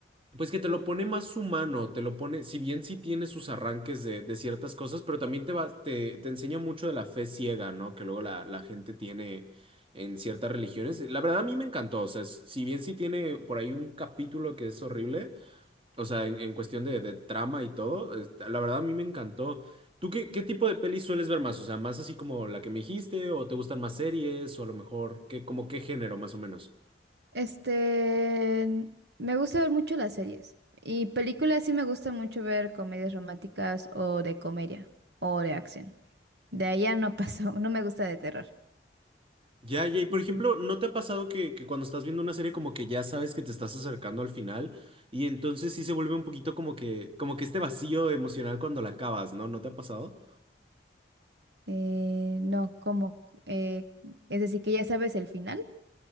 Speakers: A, on the right (about 30°); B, on the right (about 65°).
A: Pues que te lo pone más humano, te lo pone, si bien sí tiene sus arranques de, de ciertas cosas, pero también te va, te, te enseña mucho de la fe ciega, ¿no? Que luego la, la gente tiene en ciertas religiones. La verdad a mí me encantó, o sea, s- si bien sí tiene por ahí un capítulo que es horrible, o sea, en, en cuestión de, de trama y todo, es- la verdad a mí me encantó. ¿Tú qué, qué tipo de pelis sueles ver más? O sea, más así como la que me dijiste, o te gustan más series, o a lo mejor, ¿qué, como qué género más o menos?
B: Este, me gusta ver mucho las series. Y películas sí me gusta mucho ver comedias románticas o de comedia o de acción. De allá no pasó, <laughs> no me gusta de terror.
A: Ya, ya, y por
B: Mm.
A: ejemplo, ¿no te ha pasado que, que cuando estás viendo una serie como que ya sabes que te estás acercando al final y entonces sí se vuelve un poquito como que, como que este vacío emocional cuando la acabas, ¿no? ¿No te ha pasado?
B: Eh, no, como, eh, es decir, que ya sabes el final.